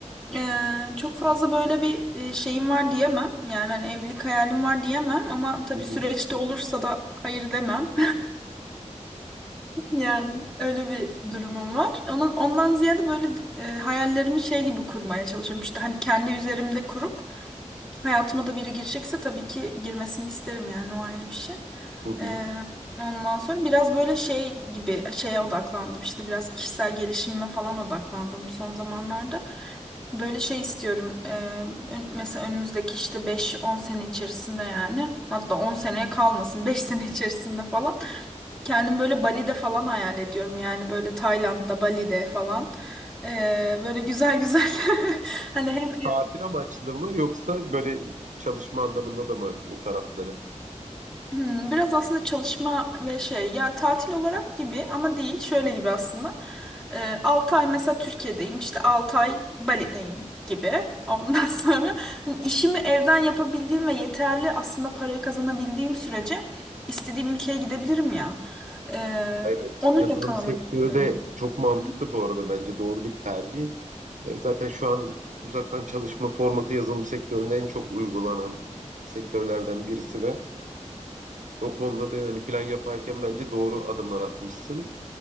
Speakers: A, in the centre; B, on the right.
A: e, çok fazla böyle bir e, şeyim var diyemem. Yani hani evlilik hayalim var diyemem ama tabii
B: Hı hı.
A: süreçte olursa da hayır demem. Yani öyle bir durumum var. Onun ondan ziyade böyle e, hayallerimi şey gibi kurmaya çalışıyorum. İşte hani kendi üzerimde kurup hayatıma da biri girecekse tabii ki girmesini isterim yani o ayrı bir şey.
B: Hı hı.
A: E, ondan sonra biraz böyle şey gibi şeye odaklandım. İşte biraz kişisel gelişimime falan odaklandım bu son zamanlarda. Böyle şey istiyorum. e, ön- mesela önümüzdeki işte beş on sene içerisinde yani hatta 10 seneye kalmasın 5 sene içerisinde falan. Kendim böyle Bali'de falan hayal ediyorum yani böyle Tayland'da, Bali'de falan. Ee, böyle güzel güzel <laughs> hani hem
B: Tatil amaçlı mı yoksa böyle çalışma anlamında da mı o tarafları?
A: Hmm, biraz aslında çalışma ve şey ya tatil olarak gibi ama değil şöyle gibi aslında. Ee, 6 ay mesela Türkiye'deyim işte 6 ay Bali'deyim gibi. Ondan <laughs> sonra hani işimi evden yapabildiğim ve yeterli aslında parayı kazanabildiğim sürece istediğim ülkeye gidebilirim ya. Ee,
B: Evet,
A: onu
B: yazılım
A: yakalamak
B: sektörü
A: istiyorum.
B: de çok mantıklı
A: Hı hı,
B: bu arada bence doğru bir tercih. E, Zaten şu an uzaktan çalışma formatı yazılım sektöründe en çok uygulanan sektörlerden birisi ve o konuda da yani plan yaparken bence doğru adımlar atmışsın.